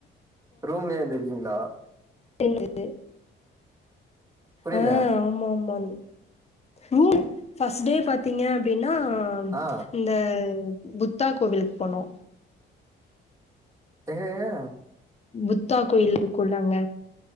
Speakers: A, on the right (about 15°); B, on the left (about 30°).
A: ரூம்லே இர்ந்திருக்கீங்ளா
B: இர்ந்துட்டு
A: புரியல
B: ஆ ஆமாமாமான் ரூல ஃபஸ்டே பாத்தீங்க அப்டினா
A: ஆ
B: இந்த புத்தா கோவிலுக் போனோ
A: எங்கேங்க
B: புத்தா கோயில் இருக்குல்ல அங்க